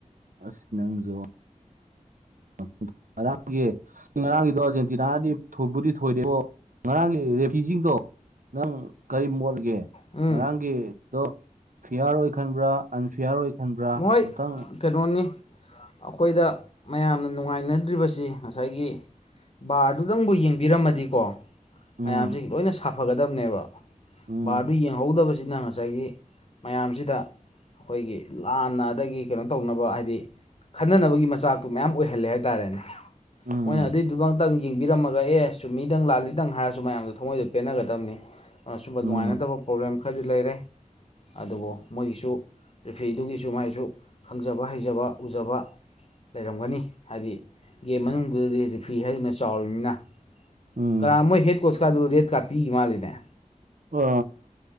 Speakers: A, on the right; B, on the left.
A: ꯑꯁ ꯅꯪꯁꯨ <unintelligible> ꯉꯥꯔꯥꯡꯒꯤ ꯉꯔꯥꯡꯒꯤꯗꯣ ꯑꯔꯖꯦꯟꯇꯤꯅꯥꯅꯗꯤ ꯊꯣꯏꯕꯨꯗꯤ ꯊꯣꯏꯗꯥꯀꯣ ꯉꯔꯥꯡꯒꯤ ꯔꯦꯐ꯭ꯔꯤꯁꯤꯡꯗꯣ ꯅꯪ ꯀꯔꯤ ꯃꯣꯠꯒꯦ
B: ꯎꯝ
A: ꯉꯔꯥꯡꯒꯤꯗꯣ ꯐꯤꯌꯥꯔ ꯑꯣꯏ ꯈꯟꯕ꯭ꯔꯥ ꯑꯟꯐꯤꯌꯥꯔ ꯑꯣꯏ ꯈꯟꯕ꯭ꯔꯥ
B: ꯃꯣꯏ
A: ꯑꯝꯇꯪ
B: ꯀꯩꯅꯣꯅꯤ ꯑꯩꯈꯣꯏꯗ ꯃꯌꯥꯝꯅ ꯅꯨꯡꯉꯥꯏꯅꯗ꯭ꯔꯤꯕꯁꯤ ꯉꯁꯥꯏꯒꯤ ꯕꯥꯔ ꯑꯗꯨꯗꯪꯕꯨ ꯌꯦꯡꯕꯤꯔꯝꯃꯗꯤꯀꯣ ꯃꯌꯥꯝꯁꯤ
A: ꯎꯝ
B: ꯂꯣꯏꯅ ꯁꯥꯐꯒꯗꯕꯅꯦꯕ
A: ꯎꯝ
B: ꯕꯥꯔꯗꯨ ꯌꯦꯡꯍꯧꯗꯕꯁꯤꯅ ꯉꯁꯥꯏ ꯉꯁꯥꯏꯒꯤ ꯃꯌꯥꯝꯁꯤꯗ ꯑꯩꯈꯣꯏꯒꯤ ꯂꯥꯟꯅ ꯑꯗꯒꯤ ꯀꯩꯅꯣ ꯇꯧꯅꯕ ꯍꯥꯏꯗꯤ ꯈꯠꯅꯅꯕꯒꯤ ꯃꯆꯥꯛꯇꯨ ꯃꯌꯥꯝ ꯑꯣꯏꯍꯜꯂꯦ ꯍꯥꯏꯇꯥꯥꯔꯦꯅꯦ
A: ꯎꯝ
B: ꯃꯣꯏꯅ ꯑꯗꯨꯏꯗꯨ ꯈꯤꯇꯪ ꯌꯦꯡꯕꯤꯔꯝꯃꯒ ꯑꯦ ꯁꯨꯝꯃꯤꯗꯪ ꯂꯥꯜꯂꯤꯗꯪ ꯍꯥꯏꯔꯁꯨ ꯃꯌꯥꯝꯗꯣ ꯊꯃꯣꯏꯗꯣ ꯄꯦꯟꯅꯒꯗꯕꯅꯤ ꯑꯥ ꯁꯨꯝꯕ
A: ꯎꯝ
B: ꯅꯨꯡꯉꯥꯏꯅꯗꯕ ꯄ꯭ꯔꯣꯕ꯭ꯂꯦꯝ ꯈꯔꯗꯤ ꯂꯩꯔꯦ ꯑꯗꯨꯕꯨ ꯃꯣꯏꯒꯤꯁꯨ ꯔꯤꯐꯤꯔꯗꯨꯒꯤꯁꯨ ꯃꯥꯏꯁꯨ ꯈꯪꯖꯕ ꯍꯩꯖꯕ ꯎꯖꯕ ꯂꯩꯔꯝꯒꯅꯤ ꯍꯥꯏꯗꯤ ꯒꯦꯝ ꯃꯅꯨꯡꯗꯨꯗꯗꯤ ꯔꯤꯐ꯭ꯔꯤ ꯍꯥꯏꯗꯨꯅ ꯆꯥꯎꯔꯤꯕꯅꯤꯅ
A: ꯎꯝ
B: ꯀꯅꯥ ꯃꯣꯏ ꯍꯦꯠ ꯀꯣꯁꯀꯥꯗꯨ ꯔꯦꯠꯀꯥꯠ ꯄꯤꯈꯤꯕ ꯃꯥꯜꯂꯤꯅꯦ
A: ꯑ